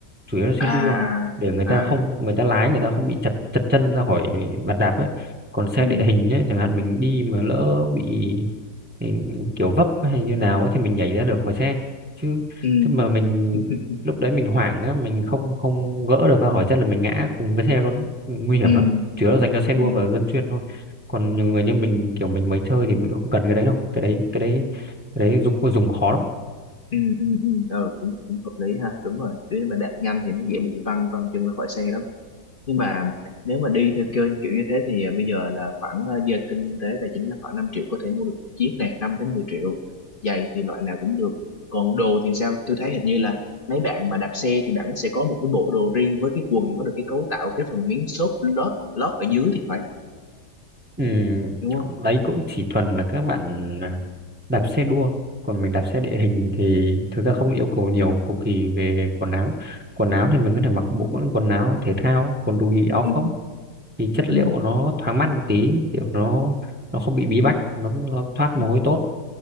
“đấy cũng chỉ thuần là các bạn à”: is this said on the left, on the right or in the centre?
Centre